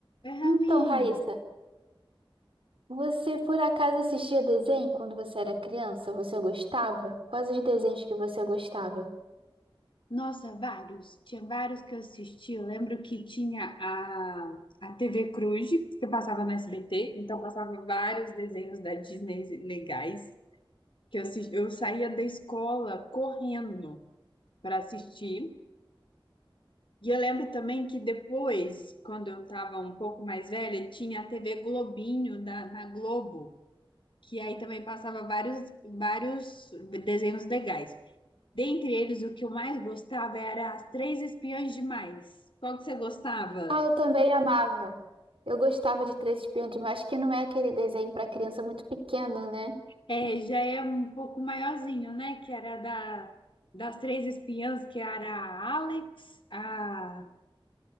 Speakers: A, on the left (about 65°); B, on the right (about 75°).
A: Oi, Ravine.
B: Então, Raíssa, você por acaso assistia desenho quando você era criança? Você gostava? Quais os desenhos que você gostava?
A: Nossa, vários. Tinha vários que eu assisti. Eu lembro que tinha a, a TV Cruz, que passava no SBT, então passava vários desenhos da Disney legais, que eu, assisti- eu saía da escola correndo para assistir. E eu lembro também que depois, quando eu estava um pouco mais velha, tinha a TV Globinho da, na Globo, que aí também passava vários, vários desenhos legais. Dentre eles, o que eu mais gostava era As Três Espiãs Demais. Qual que você gostava?
B: Ah, eu também amava. Eu gostava de Três Espiãs Demais, que não é aquele desenho para criança muito pequeno, né?
A: É, já é um pouco maiorzinho, né? Que era da, das Três Espiãs, que era a Alex, a